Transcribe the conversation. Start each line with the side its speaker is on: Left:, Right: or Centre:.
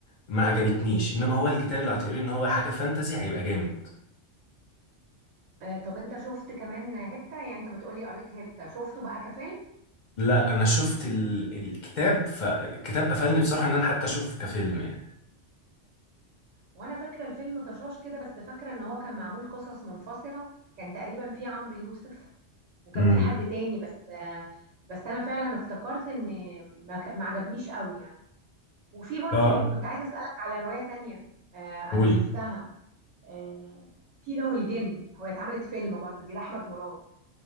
Left: ما عجبتنيش انما هو الكتاب اللي هتقريه ان هو حاجه فانتزي هيبقى جامد
Right: آه طب انت شفت كمان هبتة يعني انت بتقولي قريت هبتة شفته بقى كفيلم
Left: لا انا شفت ال- الكتاب فالكتاب قفلني بصراحه ان انا حتى اشوف كفيلم يعني
Right: وانا فاكره الفيلم طشاش كده بس فاكره ان هو كان معمول قصص منفصله كان تقريبا في عمرو يوسف وكان
Left: امم
Right: في حد تاني بس آه، بس انا فعلا افتكرت ان ما ك- ما عجبنيش قوي يعني وفي برضو
Left: اه
Right: كنت عايزه اسالك على روايه تانية آه، انا
Left: قولي
Right: شفتها آه، كيرة والجن هو اتعملت فيلم برضو دي لاحمد مراد